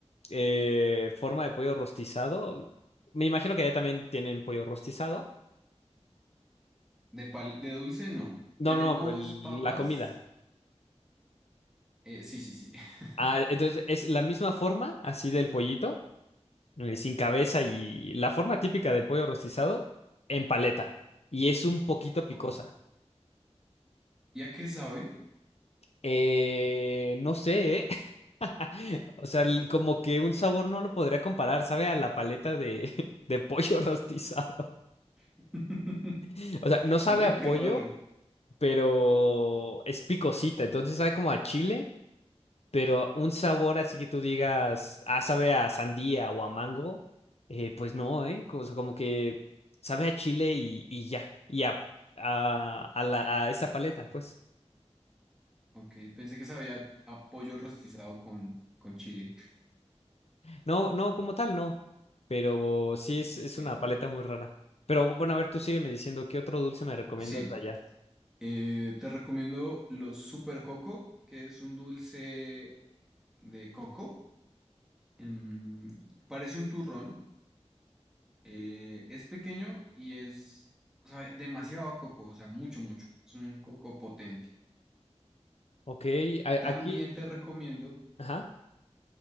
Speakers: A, on the left (about 65°); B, in the centre.
A: eh, forma de pollo rostizado. Me imagino que allá también tienen pollo rostizado.
B: De, pal- de dulce no.
A: No,
B: Tenemos
A: no, el-
B: papas,
A: la comida.
B: eh, sí, sí, sí. <laughs>
A: Ah, entonces es la misma forma, así del pollito, eh, sin cabeza y la forma típica del pollo rostizado en paleta. Y es un poquito picosa.
B: Oh, ¿y a qué sabe?
A: Eh, no sé, ¿eh? <laughs> O sea, el- como que un sabor no lo podría comparar, sabe a la paleta de, <laughs> de pollo rostizado.
B: <laughs>
A: <laughs> O sea, no sabe
B: Oye,
A: a pollo,
B: qué raro.
A: pero es picosita, entonces sabe como a chile, pero un sabor así que tú digas, ah, sabe a sandía o a mango, eh, pues no, ¿eh? Co- o sea, como que sabe a chile y, y ya, y a, a, a la- a esa paleta, pues.
B: Ok, pensé que sabía a pollo rostizado con, con chile.
A: No, no, como tal, no. Pero sí es,
B: Ok.
A: es una paleta muy rara. Pero bueno, a ver, tú sígueme diciendo qué otro dulce me recomiendas
B: Sí,
A: de allá.
B: eh, te recomiendo los Super Coco, que es un dulce de coco. Em, parece un turrón, eh, es pequeño y es, sabe demasiado a coco, o sea, mucho, mucho. Es un coco potente.
A: Ok, a-
B: También
A: aquí.
B: te recomiendo,
A: Ajá.